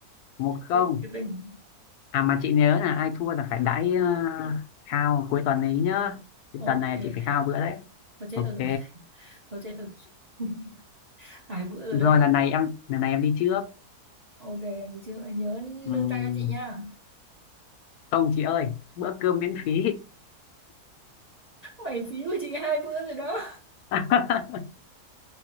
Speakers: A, on the left; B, on the right.
A: một không
B: Thiệt cái tình
A: à mà chị nhớ là ai thua là phải đãi ờ, khao cuối tuần ấy nhá Cái
B: ok
A: tuần này chị phải khao bữa đấy
B: tôi chết
A: ok
B: tôi rồi tôi chết tôi rồi. <laughs> hai bữa rồi
A: Được
B: đấy
A: rồi lần này em lần này em đi trước
B: ok mình chưa hãy nhớ
A: Ừm,
B: nương tay cho chị nha
A: không chị ơi bữa cơm miễn phí
B: mày phí của chị hai bữa rồi đó
A: <laughs>